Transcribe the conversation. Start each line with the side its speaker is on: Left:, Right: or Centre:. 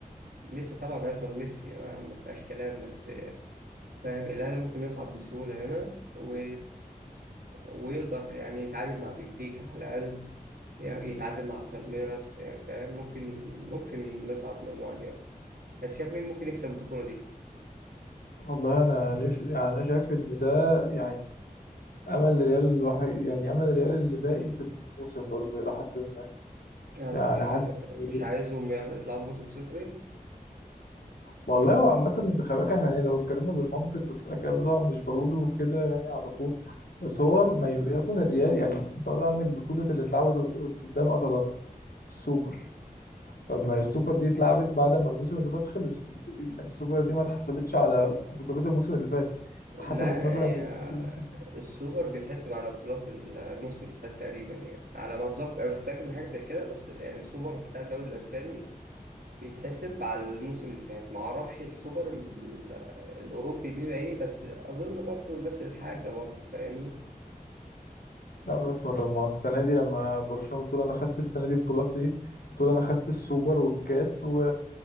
Right: ميسي طبعا هيفضل ميسي ما ما فيهاش كلام بس فاهم الأهلي ممكن يصعد بسهولة هنا و... ويقدر يعني يتعادل مع بنفيكا على الأقل يعني يتعادل مع بالميراس يعني فاهم ممكن ممكن نصعد مجموعة دي يعني انت شايف مين ممكن يكسب البطولة دي؟
Left: والله انا نفسي يعني انا شايف ان ده يعني امل ريال الوحيد يعني امل ريال اللي باقي في الموسم برضه الى حد ما
Right: لا انت
Left: يعني
Right: مش
Left: حاسس إن
Right: مش
Left: ري-
Right: عايزهم يطلعوا بموسم صفري
Left: والله هو عامة خلي بالك احنا يعني لو اتكلمنا بالمنطق بس انا الكلام ده طبعا مش بقوله كده يعني على طول بس هو ما ي... اصلا الريال يعني انت قصدي عندك بطولة اللي اتلعبت قد- قد- قدام اتلانتا السوبر طب ما السوبر دي اتلعبت بعد ما الموسم اللي فات خلص يعني السوبر دي ما اتحسبتش على بطولات الموسم اللي فات
Right: لا
Left: اتحسبت مثلا
Right: هي
Left: ببطولات الموسم
Right: السوبر بيتحسب على بطولات الموسم اللي فات تقريبا يعني على ما اتذكر انا مش متاكد من حاجه زي كده بس يعني السوبر بتاع الدوري الاسباني بيتحسب على الموسم اللي فات ما اعرفش السوبر ال- الاوروبي بيبقى ايه بس اظن برضو نفس الحاجه برضو فاهمني
Left: لا بس ما طب ما هو السنة دي لما برشلونة بتقول أنا خدت السنة دي بطولتي بتقول أنا خدت السوبر والكاس و